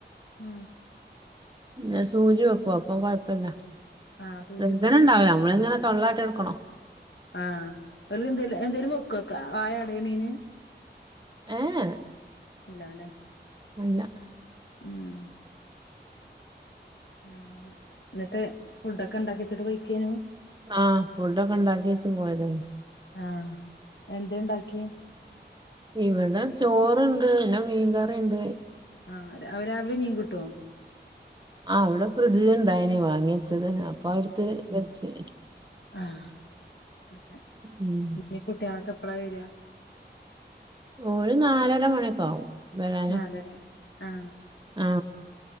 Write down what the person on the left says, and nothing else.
ആ
ആഹ് സൂചിയൊക്കെ
ആ ഒരു ഇതില് എന്തേലു വെക്കുക്ക വായ അടയിണീന്
അല്ലാതെ
ഉം മ് ങ്ങനെ ഇങ്ങട്ട് ഫുഡൊക്കെ ഇണ്ടാക്കിച്ചിട്ട് പോയിക്കെനു
ആ എന്തേണ്ടാക്കി
ആ രാവിലെ വിലെ മീൻ കിട്ടൊ
ആ <unintelligible>
കുട്ടിളൊക്കെ എപ്പളാ വെര്
നാലര ആ